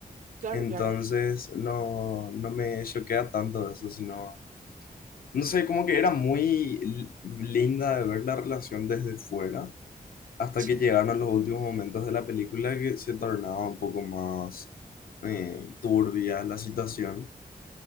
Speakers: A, on the right; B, on the left.
A: claro,
B: Entonces
A: claro.
B: no, no me choquea tanto eso, sino... No sé, como que era muy linda de ver la relación desde fuera, hasta
A: Sí,
B: que llegaron los últimos momentos de la película que se tornaba un poco más eh, turbia la situación.